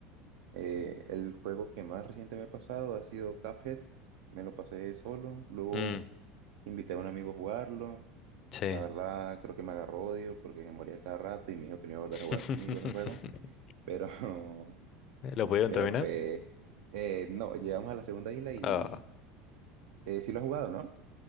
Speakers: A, on the right (about 75°); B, on the left (about 45°).
A: Eh, el juego que más reciente me he pasado ha sido Cuphead. Me lo pasé solo, luego
B: Mm,
A: Invité a un amigo a jugarlo.
B: sí.
A: La verdad, creo que me agarró odio porque se moría cada rato y me dijo que no iba a volver
B: <laughs>
A: a jugar conmigo ese juego. Pero, <laughs>
B: ¿Lo pudieron
A: pero
B: terminar?
A: pues, eh, no, llegamos a la segunda isla y
B: Ah.
A: eh, sí lo ha jugado, ¿no?